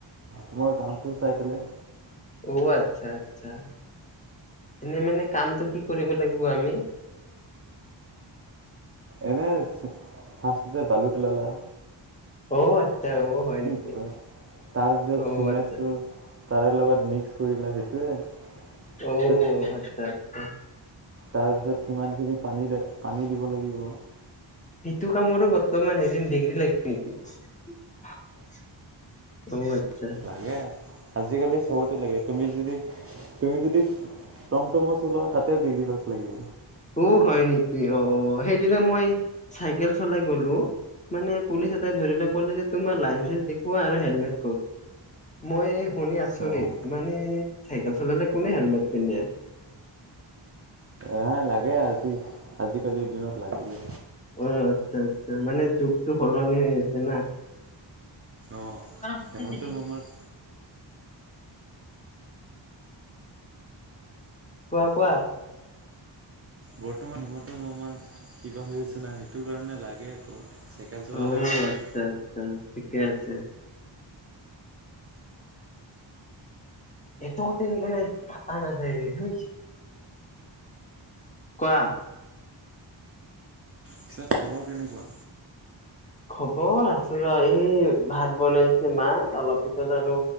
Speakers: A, on the right; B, on the left.
A: তোমাৰ কামটোও চাই পিনে।
B: অ' আচ্ছা, আচ্ছা। এনে মানে কামটো কি কৰিব লাগিব আমি।
A: এনে ফাষ্টতে বালু পেলালা।
B: অ' আচ্ছা অ' হয়
A: তাৰপিছত
B: নেকি? অ'
A: চিমেণ্টটো
B: আচ্ছা।
A: তাৰে লগত মিক্স কৰিলা সেইটোৱে।
B: অ'
A: পিছত
B: আচ্ছা। <inaudible>
A: তাৰপিছত সিমানখিনি পানী পানী দিব লাগিব।
B: সিটো কামৰো বৰ্তমান এদিন ডিগ্ৰী লাগে নেকি অ' আচ্ছা।
A: লাগে আজিকালি চবতে লাগে তুমি যদি তুমি যদি টমটমো চলোৱা তাতে ডিগ্ৰী পাছ লাগিব।
B: অ'হয় নেকি? অ' অ' সেইদিনা মই চাইকেল চলাই গ'লো মানে পুলিচ এটাই ধৰিলে ক'লে যে তোমাৰ লাইচেন্স দেখুওৱা আৰু হেলমেত ক'ত, মই শুনি আচৰিত
A: অ'।
B: মানে চাইকেল চলালে কোনে হেলমেত পিন্ধে।
A: নাই লাগে আজি আজিকালিৰ দিনত লাগেয়ে।
B: অ আচ্ছা আচ্ছা মানে যুগটো সলনি হৈ আছে না।
A: অ',
B: হৈছে
A: হেমন্ত
B: দিবি।
A: মামাৰ
B: কোৱা' কোৱা?
A: বৰ্তমান হিমন্ত মামাৰ কিবা হৈ আছে না সেইটো কাৰণে লাগে আকৌ। চাইকেল চলালেও
B: অ
A: লাগে।
B: আচ্ছা আচ্ছা ঠিকে আছে। এইটো তেনেকে কাটা নাযায় ৰে ধুই কোৱা।
A: পিছত খবৰ কেনেকুৱা?
B: হব আছো ৰ এই ভাত বনাইছে মা অলপ পিছত আৰু